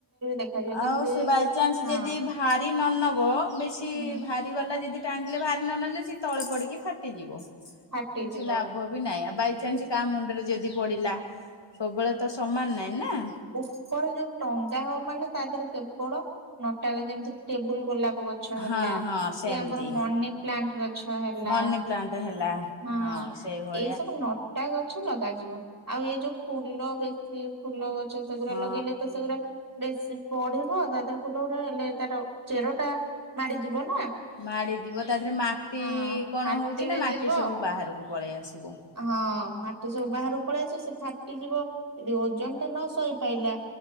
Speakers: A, on the right (about 35°); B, on the left (about 60°).
A: ଦେଖାଯିବ
B: ଆଉ
A: ଯେମିତି
B: ସେ ବାଇଚନ୍ସ
A: ହଁ
B: ଯଦି ଭାରି ନ ନବ ବେଶୀ
A: ହୁଁ
B: ଭାର ବାଲ୍ଟି ବାଲା ଯଦି ଟାଙ୍ଗିଲେ ବାହାରି ନ ନେଲେ ସି ତଳେ ପଡିକି ଫାଟିଯିବ କିଛି
A: ଫାଟିଯିବ
B: ଲାଭ ଲାଭ ବି ନାହିଁ ବାଇଚନ୍ସ
A: ହୁଁ
B: କାହା ମୁଣ୍ଡରେ ଯଦି ପଡିଲା ସବୁବେଳେ ତ ସମାନ ନାହିଁ ନା।
A: ଉପରେ ଯୋଉ ଟଙ୍ଗା ହବ ମାନେ ତା ଦେହରେ କେବଳ ନଟା ଗଛ ଯେମତି ଟେବୁଲ ଗୋଲାପ ଗଛ ହେଲା
B: ହଁ ହଁ
A: କି
B: ସେମିତି
A: ଆମର ମନି ପ୍ଲାଣ୍ଟ ଗଛ ହେଲା
B: ମନି ପ୍ଲାଣ୍ଟ ହେଲା
A: ହଁ
B: ସେଇଭଳିଆ
A: ଏସବୁ ନ ନଟା ଗଛ ଲଗାଯିବ ଆଉ ଏ ଯୋଉ ଫୁଲ ବେଶୀ ଫୁଲ ଗ ସେଗୁରା
B: ହଁ
A: ଲଗେଇଲେ ତ ସେଗୁରା ବେଶୀ ପଢିବ ତା ତିରେ ଫୁଲଗୁରା ହେଲେ ତାର ଚେର ଟା ମାଡିଯିବ ନା।
B: ମାଡି ଯିବ ତା ଦେହେରେ ମାଟି
A: ହଁ
B: କଣ
A: ଫାଟି
B: ହଉଚି
A: ବି
B: ନା ମାଟି
A: ଯିବ
B: ସବୁ ବାହାରକୁ ପଳେଇ ଆସିବ।
A: ହଁ ମାଟି ସବୁ ବାହାରୁକୁ ପଳେଇ ଆସିବ ସେ ଫାଟିଯିବ। ଯଦି ଓଜନ ଟା ନ ସହି ପାଇଲା